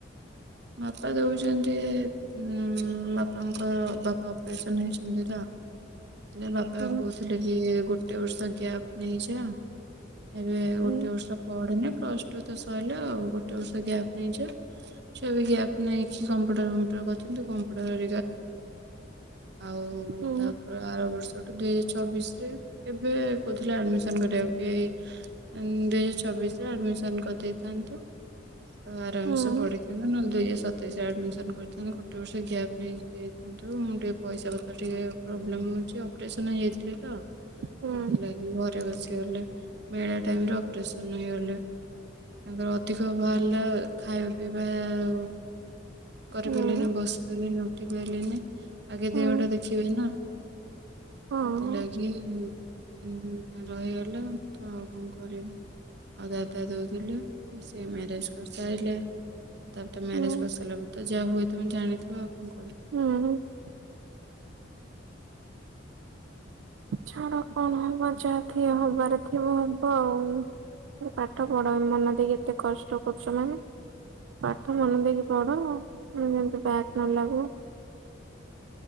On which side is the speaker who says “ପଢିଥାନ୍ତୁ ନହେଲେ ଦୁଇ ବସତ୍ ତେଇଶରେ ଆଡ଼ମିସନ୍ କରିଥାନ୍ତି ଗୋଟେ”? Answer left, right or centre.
Right